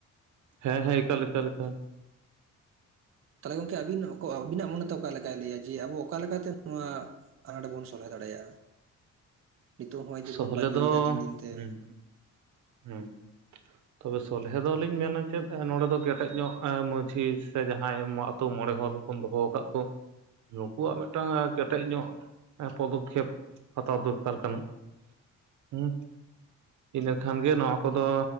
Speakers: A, on the right; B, on the right.
A: ᱦᱮᱸ ᱦᱮᱸ ᱮᱠᱟᱞ ᱮᱠᱟᱞ ᱾
B: ᱛᱟᱦᱚᱞᱮ ᱜᱚᱝᱠᱮ ᱟᱹᱵᱤᱱ ᱟᱹᱵᱤᱱᱟᱜ ᱢᱚᱱᱮ ᱛᱮ ᱚᱠᱟ ᱞᱮᱠᱟᱭ ᱞᱟᱹᱭᱟ ᱡᱮ ᱟᱵᱚ ᱚᱠᱟ ᱞᱮᱠᱟᱛᱮ ᱱᱚᱣᱟ ᱟᱱᱟᱴ ᱵᱚᱱ ᱥᱚᱞᱦᱮ ᱫᱟᱲᱮᱭᱟᱜᱼᱟ? ᱱᱤᱛᱚᱜ ᱦᱚᱜᱼᱚᱭ ᱡᱮ
A: ᱥᱚᱦᱞᱮ
B: ᱵᱚᱱ ᱵᱟᱹᱜᱤᱭᱮᱫᱟ
A: ᱫᱚ
B: ᱫᱤᱱ ᱫᱤᱱ ᱛᱮ
A: ᱦᱩᱸ
B: ᱾
A: ᱦᱩᱸ ᱾ ᱛᱚᱵᱮ ᱥᱚᱞᱦᱮ ᱫᱚᱞᱤᱧ ᱢᱮᱱᱟ ᱪᱮᱫ ᱱᱚᱸᱰᱮ ᱫᱚ ᱠᱮᱴᱮᱡ ᱧᱚᱜ ᱢᱟᱺᱡᱷᱤ ᱥᱮ ᱡᱟᱦᱟᱸᱭ ᱟᱛᱳ ᱢᱚᱬᱮ ᱦᱚᱲ ᱵᱚᱱ ᱫᱚᱦᱚ ᱟᱠᱟᱫ ᱠᱚ ᱱᱩᱠᱩᱣᱟᱜ ᱢᱤᱫᱴᱟᱝ ᱠᱮᱴᱮᱡ ᱧᱚᱜ ᱯᱚᱫᱚᱠᱠᱷᱮᱯ ᱦᱟᱛᱟᱣ ᱫᱚᱨ ᱠᱟᱨ ᱠᱟᱱᱟ ᱾ ᱦᱩᱸ ᱤᱱᱟᱹ ᱠᱷᱟᱱ ᱜᱮ ᱱᱚᱣᱟ ᱠᱚᱫᱚ